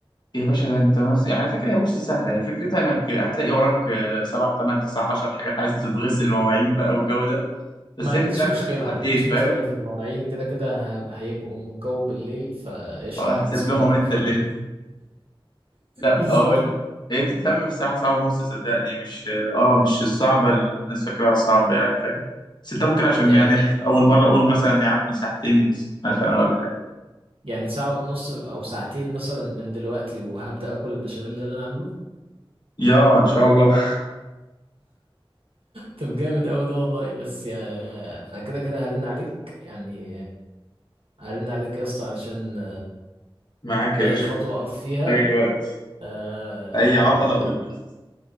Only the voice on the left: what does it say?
يا باشا ده انت مس... يعني على فكرة هي بص سهلة هي فكرتها انك هتلاقي وراك آه، سبعة تمن تسعة عشر حاجات عايزة تتغسل مواعين بقى والجو ده بس
هي تتلم
في ساعتين
فاهم
آه، هتسيب
لهم
انت اللي <laughs> لا
اقول لك هي تتلم في ساعة ساعة ونص صدقني مش اه مش الصعبة اللي الناس فاكراها صعبة يعني فاهم بس انت ممكن عشان
يعني اول مرة اقول مثلا يا عمي ساعتين مثلا ولا حاجة
يا ان شاء الله
معاك يا
باشا
اي وقت
اي عطلة
قول لي بس